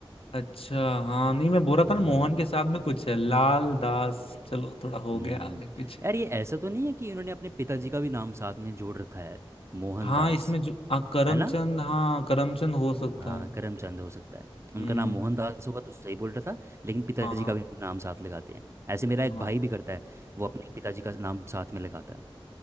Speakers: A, on the left (about 80°); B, on the right (about 30°).
A: अच्छा हाँ नहीं मैं बोल रहा
B: हम्म
A: था ना मोहन के साथ में कुछ है लाल दास चलो थोड़ा हो
B: हम्म
A: गया आगे पीछे
B: यार ये ऐसा तो नहीं है कि इन्होंने अपने पिताजी का भी नाम साथ में जोड़ रखा है मोहनदास
A: हाँ इसमें जो हाँ, करमचंद
B: है ना
A: हाँ करमचंद हो सकता
B: हाँ
A: है
B: करमचंद हो सकता है उनका
A: हम्म
B: नाम मोहनदास होगा तो सही बोल रहा था लेकिन पिताजी
A: हाँ
B: का भी नाम साथ लगाते हैं ऐसे मेरा
A: हाँ
B: एक भाई भी करता है वो अपने पिताजी का नाम साथ में लगाता है